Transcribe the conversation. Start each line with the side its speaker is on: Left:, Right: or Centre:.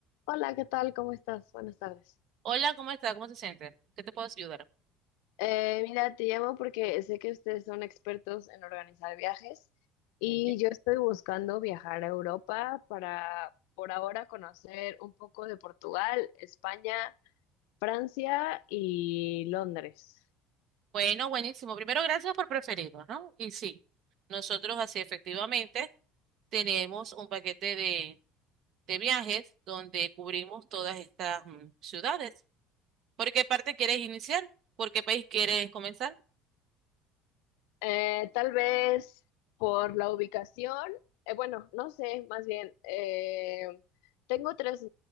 Left: Hola, ¿qué tal? ¿Cómo estás? Buenas tardes.
Right: Hola, ¿cómo está? ¿Cómo se siente? ¿Qué te puedo ayudar?
Left: Eh, mira, te llamo porque sé que ustedes son expertos en organizar viajes y
Right: Ok.
Left: yo estoy buscando viajar a Europa para, por ahora, conocer un poco de Portugal, España, Francia y Londres.
Right: Bueno, buenísimo. Primero, gracias por preferirnos, ¿no? Y sí, nosotros así efectivamente tenemos un paquete de, de viajes donde cubrimos todas estas mm, ciudades. ¿Por qué parte quieres iniciar? ¿Por qué país quieres comenzar?
Left: Eh, tal vez por la ubicación, eh, bueno, no sé, más bien, eh, tengo tres,